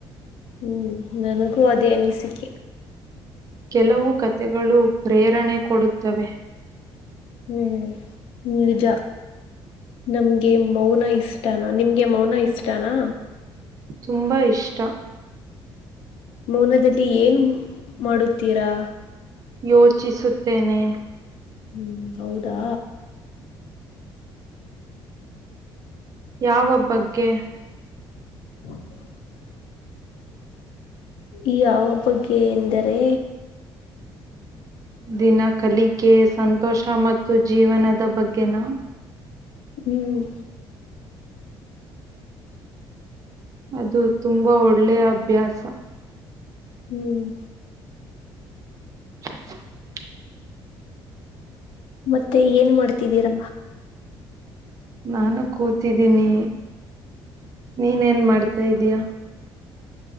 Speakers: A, on the left (about 85°); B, on the right (about 40°).
A: ಹ್ಮ್ ನನಗೂ ಅದೇ ಅನಿಸಿಕೆ.
B: ಕೆಲವು ಕಥೆಗಳು ಪ್ರೇರಣೆ ಕೊಡುತ್ತವೆ.
A: ಹ್ಮ್ ಹ್ಮ ನಿಜ. ನಮ್ಗೆ ಮೌನ ಇಷ್ಟಾನ ನಿಮ್ಗೆ ಮೌನ ಇಷ್ಟಾನಾ.
B: ತುಂಬಾ ಇಷ್ಟ.
A: ಮೌನದಲ್ಲಿ ಏನು ಮಾಡುತ್ತೀರಾ?
B: ಯೋಚಿಸುತ್ತೇನೆ.
A: ಹ್ಮ್ ಹೌದಾ.
B: ಯಾವ ಬಗ್ಗೆ.
A: <unintelligible> ಈ ಯಾವ ಬಗ್ಗೆ ಎಂದರೆ.
B: ದಿನ ಕಲಿಕೆ ಸಂತೋಷ ಮತ್ತು ಜೀವನದ ಬಗ್ಗೆನಾ.
A: ಹ್ಮ್
B: ಅದು ತುಂಬಾ ಒಳ್ಳೆಯ ಅಭ್ಯಾಸ.
A: ಹ್ಮ್
B: <unintelligible>
A: ಮತ್ತೆ ಏನ್ ಮಾಡ್ತಿದ್ದೀರಾ?
B: ನಾನು ಕೂತಿದ್ದೀನಿ ನೀನ್ ಏನ್ ಮಾಡ್ತಾ ಇದೀಯಾ?